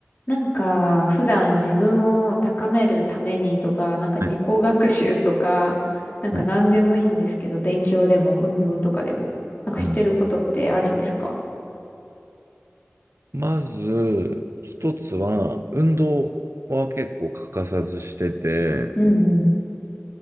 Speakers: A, on the left (about 40°); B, on the right (about 75°).
A: なんか、普段自分を高めるためにとか、なんか自己学習とか、
B: はい、
A: なんか何でもいいんですけど、
B: はい。
A: 勉強でも運動とかでも、なんかしてることってあるんですか
B: うん。まず、一つは、運動は結構欠かさずしてて、
A: うんうん。